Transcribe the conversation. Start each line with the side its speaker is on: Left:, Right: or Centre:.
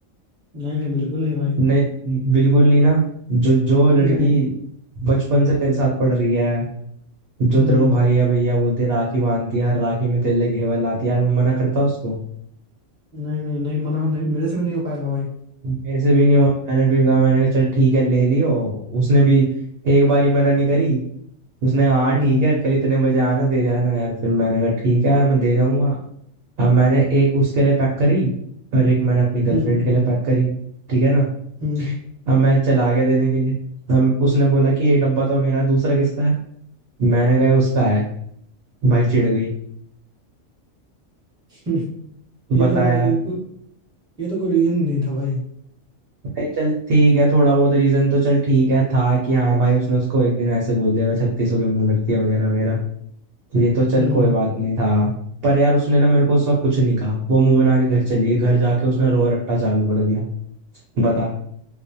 Centre: नहीं नहीं बिल्कुल नहीं भाई
Right: नहीं बिल्कुल नहीं ना जो जो लड़की
Centre: नहीं
Right: बचपन से तेरे साथ पढ़ रही है जो
Centre: हम्म
Right: तेरे को भैया भैया बोलती है राखी बांधती है हर राखी में तेरे लिए घेवर लाती है यार मैं मना करता उसको
Centre: नहीं नहीं नहीं मना नहीं मेरे से भी नहीं हो पाएगा भाई
Right: मेरे से भी नहीं हुआ मैंने भी कहा मैंने कहा चल ठीक है ले लियो उसने भी एक बारी मना नहीं करी उसने कहा हाँ
Centre: हम्म
Right: ठीक है कल इतने बजे आना दे जाना यार फिर मैंने कहा ठीक है यार मैं दे जाऊंगा अब मैंने एक उसके लिए पैक करी और एक मैंने अपनी गर्लफ्रेंड
Centre: हम्म
Right: के लिए पैक करी ठीक है ना
Centre: हम्म
Right: अब मैं चला गया देने के लिए अब उसने बोला कि ये डब्बा तो मेरा है, दूसरा किसका है मैंने कहा "ये उसका है भाई चिढ़ गई
Centre: <laughs> हम्म,
Right: बता
Centre: ये तो भाई
Right: यार
Centre: ये कोई ये तो कोई रीजन नहीं था भाई
Right: नहीं चल ठीक है थोड़ा बहुत रीजन तो चल ठीक है था कि हाँ भाई उसने उसको एक दिन ऐसे बोल दिया था, छत्तीस हो के मुंह रखती है वगैरह वगैरह ये तो चल
Centre: हम्म
Right: कोई बात नहीं था पर यार उसने ना मेरे को उस वक्त कुछ नहीं कहा वो मुंह बना के घर चली गई घर जाके उसने रो रट्टा चालू कर दिया बता